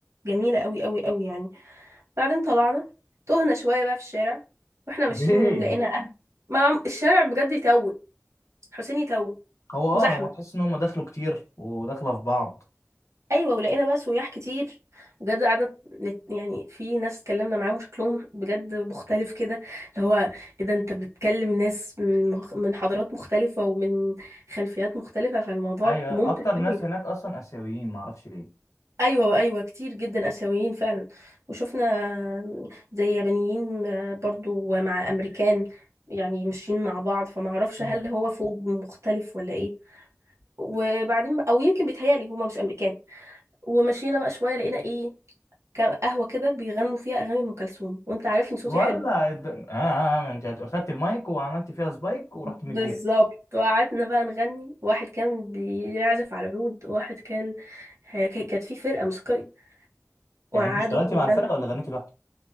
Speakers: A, on the right; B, on the left.
A: جميله قوي قوي قوي يعني بعدين طلعنا تهنا شويه بقى في الشارع واحنا
B: ليه
A: ماشيين لقينا اهل مع الشارع بجد يتوه حسين يتوه
B: هو اه
A: وزحمه
B: هو تحس ان هم دخلوا كتير وداخله في بعض
A: ايوه ولقينا بقى سياح كتير بجد قعدنا نت... يعني في ناس اتكلمنا معاهم شكلهم بجد مختلف كده اللي هو ايه ده انت بتكلم ناس من مخ... من حضارات مختلفه ومن خلفيات مختلفه فالموضوع
B: ايوه
A: ممتع
B: اكتر ناس
A: قوي
B: هناك اصلا اسيويين معرفش ليه
A: ايوه ايوه كتير جدا اسيويين فعلا وشفنا زي يابانيين آه، برضو مع امريكان يعني ماشيين مع بعض فما اعرفش
B: مم.
A: هل هو فوج مختلف ولا ايه وبعدين او يمكن بيتهيألي هما مش امريكان ومشينا بقى شويه لقينا ايه ك- قهوه كده بيغنوا فيها اغاني ام كلثوم وانت عارفني صوتي
B: ولا
A: حلو
B: الد- اه آه، آه، انت اخدت المايك وعملت فيها سبايك ورحت مديها
A: بالظبط وقعدنا بقى نغني واحد كان بيعزف على العود وواحد كان ك- كانت في فرقه موسيقيه وقعدوا
B: يعني انت اشتغلتي
A: بقى
B: مع
A: يغنوا
B: الفرقه ولا غنيتي لوحدك